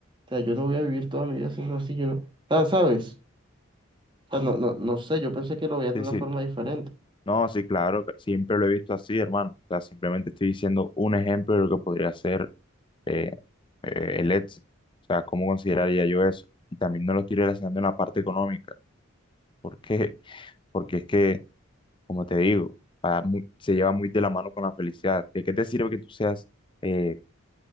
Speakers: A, on the right; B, on the left.
A: sea, yo no voy a vivir toda mi vida haciendo así, yo no, ah, ¿sabes? Ah, no, no, no sé, yo pensé que lo veía de
B: Sí,
A: una
B: sí.
A: forma diferente.
B: No, sí, claro, que siempre lo he visto así, hermano. O sea, simplemente estoy diciendo un ejemplo de lo que podría ser eh, eh, el éxito. O sea, ¿cómo consideraría yo eso? Y también no lo estoy relacionando en la parte económica. ¿Por qué? Porque es que como te digo, va mu- se lleva muy de la mano con la felicidad. ¿De qué te sirve que tú seas eh,